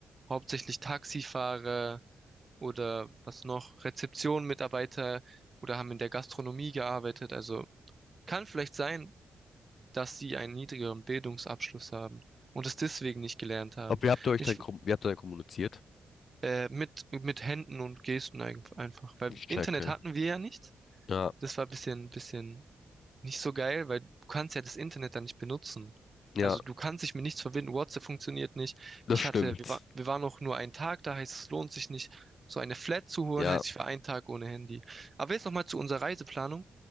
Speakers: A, on the right; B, on the left.
A: hauptsächlich Taxifahrer oder was noch, Rezeption-Mitarbeiter oder haben in der Gastronomie gearbeitet. Also kann vielleicht sein, dass sie einen niedrigeren Bildungsabschluss haben und es deswegen nicht gelernt haben.
B: Aber wie habt ihr euch
A: Ich
B: dann, kom- wie habt ihr dann kommuniziert?
A: äh, mit, mit Händen und Gesten ein- einfach. Weil
B: Ich checke.
A: Internet hatten wir ja nicht.
B: Ja,
A: Das war ein bisschen, bisschen nicht so geil, weil du kannst ja das Internet dann nicht benutzen.
B: ja,
A: Also du kannst dich mit nichts verbinden, WhatsApp funktioniert nicht.
B: das
A: Ich
B: stimmt.
A: hatte, wir, war, wir waren noch nur einen Tag da, heißt es lohnt sich nicht, so eine Flat zu holen,
B: Ja.
A: heißt ich war einen Tag ohne Handy. Aber jetzt nochmal zu unserer Reiseplanung.